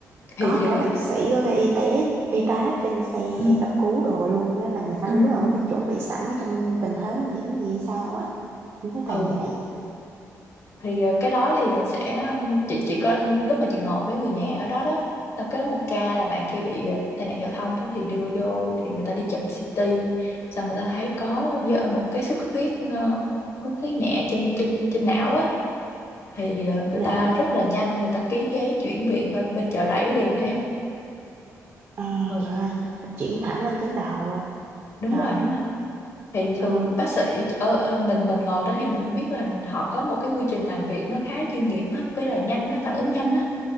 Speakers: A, on the left; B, on the right.
A: thì
B: có
A: thì,
B: cả
A: thì
B: bác sĩ có cả y tế y tá trên xe
A: ừ.
B: cấp cứu đồ luôn á là người ta
A: ừ
B: lúc
A: ừ
B: nào cũng phải chuẩn bị sẵn ở trong tình thế nguy hiểm gì hay sao á mình thấy toàn
A: ừ
B: vậy
A: thì ờ, cái đó thì sẽ ừm, chị chỉ có lúc mà chị ngồi với người nhà ở đó đó xong cái có một ca là bạn kia bị ờ, tai nạn giao thông á, thì đưa vô thì người ta đi chụp CT xong người ta thấy có do một cái xuất huyết ờ, xuất huyết nhẹ trên trên trên não á thì ờ, người
B: dạ
A: ta rất là nhanh người ta ký giấy chuyển viện qua bên chợ rẫy liền đó em
B: à,
A: ừ
B: trời ơi
A: à,
B: chuyển thẳng lên tuyến đầu luôn
A: đúng
B: trời
A: rồi đúng rồi thì thường
B: à,
A: bác sĩ ở, ở mình mình ngồi đó thì mình biết là họ có một cái quy trình làm việc nó khá chuyên nghiệp á với lại nhanh á phản ứng nhanh á